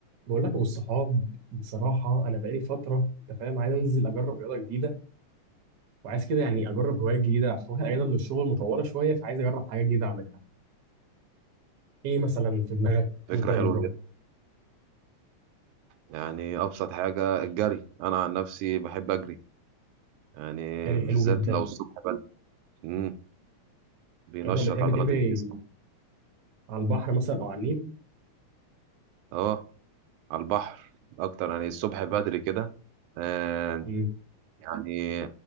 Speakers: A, on the right (about 60°); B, on the right (about 80°).
A: بقول لك ابو الصحاب بصراحه انا بقالي فتره انت فاهم عايز انزل اجرب رياضه جديده وعايز كده يعني اجرب هوايه جديده عشان واخد اجازه من الشغل مطوله شويه فعايز اجرب حاجات جديده اعملها ايه مثلا في دماغك
B: فكرة
A: ممكن
B: حلوة
A: اجربه
B: جدا يعني أبسط حاجة الجري أنا عن نفسي بحب أجري يعني
A: جري
B: بالذات
A: حلو جدا
B: لو الصبح بدري مم. بينشط
A: مثلا بتحب
B: عضلات
A: تجري
B: الجسم
A: على البحر مثلا او على النيل
B: أه على البحر أكتر يعني الصبح بدري كده آه
A: مم.
B: يعني